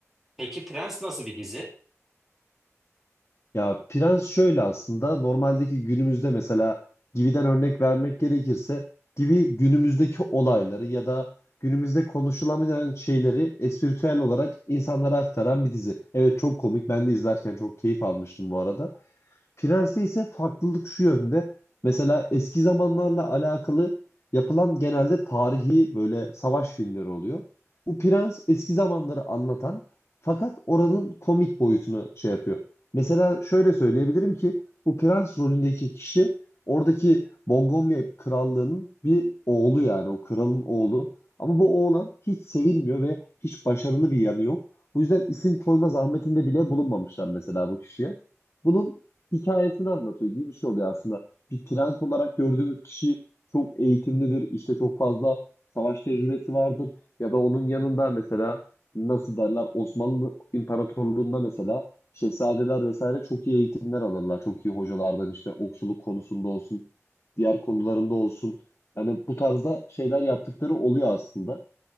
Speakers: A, in the centre; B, on the left.
A: Peki Prens nasıl bir dizi?
B: Ya prens şöyle aslında normaldeki günümüzde mesela Gibi'den örnek vermek gerekirse Gibi günümüzdeki olayları ya da günümüzde konuşulamayan şeyleri espritüel olarak insanlara aktaran bir dizi. Evet çok komik ben de izlerken çok keyif almıştım bu arada. Prens'te ise farklılık şu yönde. Mesela eski zamanlarla alakalı yapılan genelde tarihi böyle savaş filmleri oluyor. Bu Prens eski zamanları anlatan fakat oranın komik boyutunu şey yapıyor. Mesela şöyle söyleyebilirim ki bu Prens rolündeki kişi oradaki Montgomery krallığının bir oğlu yani o kralın oğlu. Ama bu oğlan hiç sevilmiyor ve hiç başarılı bir yanı yok. Bu yüzden isim koyma zahmetinde bile bulunmamışlar mesela bu kişiye. Bunun hikayesini anlatıyor gibi bir şey oluyor aslında. Bir prens olarak gördüğümüz kişi çok eğitimlidir, işte çok fazla savaş tecrübesi vardır ya da onun yanında mesela nasıl derler Osmanlı İmparatorluğu'nda mesela şehzadeler vesaire çok iyi eğitimler alırlar. Çok iyi hocalardan işte okçuluk konusunda olsun, diğer konularında olsun. Yani bu tarzda şeyler yaptıkları oluyor aslında.